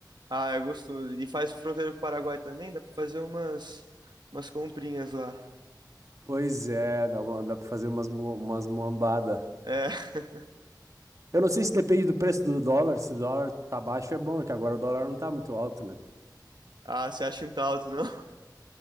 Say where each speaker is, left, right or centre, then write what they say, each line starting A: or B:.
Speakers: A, on the right; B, on the right.
A: Ah, é gostoso. E faz fronteira com o Paraguai também, dá pra fazer umas, umas comprinhas lá.
B: Pois é, dá, uma, dá pra fazer umas, mo- umas muambada.
A: É. <laughs>
B: Eu não sei se depende do preço do dólar, se o dólar tá baixo é bom, que agora o dólar não tá muito alto, né?
A: Ah, você acha um talto, não?